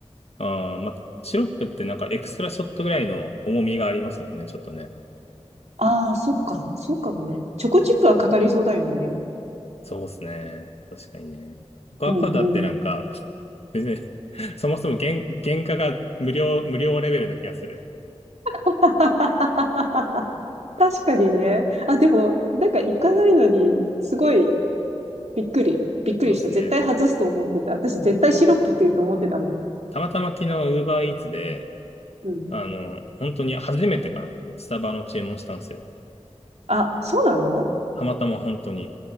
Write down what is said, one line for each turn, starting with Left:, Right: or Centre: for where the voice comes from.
Left: ー、あー、ま、シロップってなんかエクストラショットぐらいの重みがありますよね、ちょっとね。
Right: ああ、そっか。そうかもね。チョコチップはかかりそうだよね、でも。
Left: そうですね。確かにね。ココアパウダーってなんか、
Right: うん、うん。
Left: 別に <laughs> そもそも原、原価が無料、無料レベルな気がする。
Right: <laughs> 確かにね。あ、でも、なんか行かないのに、すごいびっくり。びっくりした。
Left: そうですね。
Right: 絶対外すと思ってた。私絶対シロップって言うと思ってたもん。
Left: たまたま昨日 Uber Eats で、
Right: うん。
Left: あの、本当に初めてかな。スタバの注文したんですよ。
Right: あ、そうなの
Left: たまたま本当に。